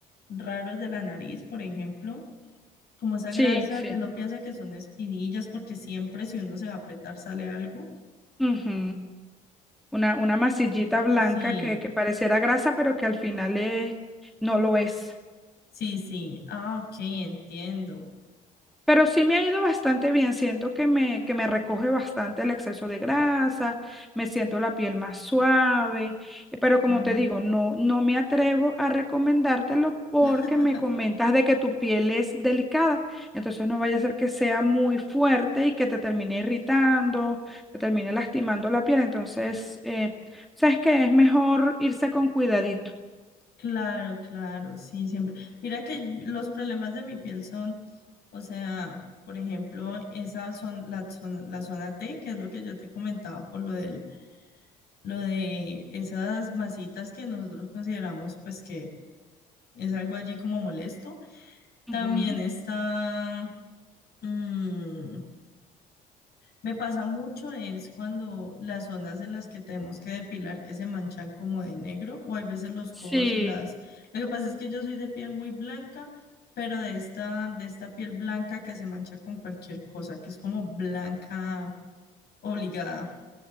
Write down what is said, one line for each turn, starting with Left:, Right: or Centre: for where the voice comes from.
Left: raros de la nariz, por ejemplo. Como esa
Centre: Sí,
Left: grasa
Centre: sí.
Left: que uno piensa que son espinillas, porque siempre si uno se va a apretar sale algo.
Centre: ujú, Una, una masillita blanca
Left: Sí,
Centre: que, que pareciera grasa, pero que al final es, no lo es.
Left: sí, sí. Ah, ok, entiendo.
Centre: Pero sí me ha ido bastante bien, siento que me, que me recoge bastante el exceso de grasa, me siento la piel más suave, eh, pero como
Left: Ah.
Centre: te digo, no, no me atrevo a recomendártelo porque
Left: <laughs>
Centre: me comentas de que tu piel es delicada, entonces no vaya a ser que sea muy fuerte y que te termine irritando, te termine lastimando la piel, entonces, eh, sabes que es mejor irse con cuidadito.
Left: Claro, claro, sí, siempre. Mira que los problemas de mi piel son, o sea, por ejemplo, esa son la zona, la zona T, que es lo que yo te comentaba por lo del, lo de esas masitas que nosotros consideramos pues que es algo allí como molesto. También
Centre: Ujú.
Left: está mm, Me pasa mucho es cuando las zonas en las que tenemos que depilar que se manchan como de negro o hay veces los codos
Centre: Sí,
Left: y las... Lo que pasa es que yo soy de piel muy blanca, pero de esta, de esta piel blanca que se mancha con cualquier cosa, que es como blanca obligada.